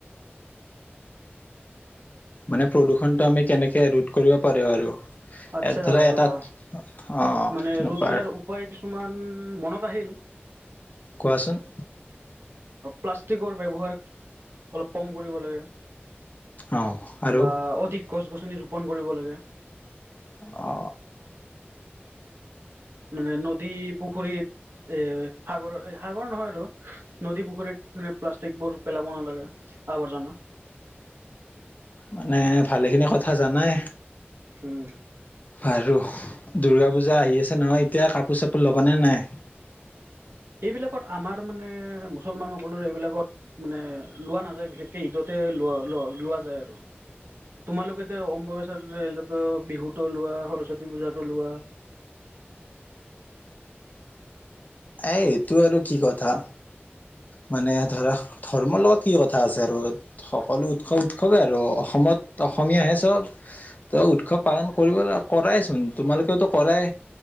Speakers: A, on the left; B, on the right.
A: মানে প্ৰদূষণটো আমি কেনেকে ৰোধ কৰিব পাৰো আৰু।
B: আচ্ছা
A: ধৰা এটা
B: ৰবা,
A: অ
B: মানে
A: এনেকুৱা
B: ৰোধ কৰাৰ
A: আৰু
B: উপায় কিছুমান মনত আহিল।
A: কোৱাচোন?
B: প্লাষ্টিকৰ ব্যৱহাৰ অলপ কম কৰিব লাগে
A: অ আৰু
B: বা অধিক গছ গছনি ৰোপণ কৰিব লাগে।
A: অ।
B: মানে নদী পুখুৰীত এ সাগৰৰ, সাগৰ নহয় আৰু নদী, পুখুৰীত মানে প্লাষ্টিকবোৰ পেলাব নালাগে, আৱৰ্জনা
A: মানে ভালেখিনি কথা জানাই।
B: উম।
A: বাৰু দুৰ্গা পূজা আহি আছে নহয় এতিয়া কাপোৰ চাপোৰ ল'ব নে নাই?
B: এইবিলাকত আমাৰ মানে মুছলমানসকলৰ এইবিলাকত মানে লোৱা নাযায় বিশেষকৈ ঈদতে লোৱা লোৱা যায় আৰু। তোমালোকেতে অমেশ্বৰ বিহুটো লোৱা, সৰস্বতী পূজাটো লোৱা
A: এ সেইটো আৰু কি কথা, মানে ধৰা ধৰ্মৰ লগত কি কথা আছে আৰু সকলো উৎসৱ উৎসৱে আৰু অসমত অসমীয়াহে চব ত উৎসৱ পালন কৰিবলৈ কৰাইচোন তোমালোকেওতো কৰাই,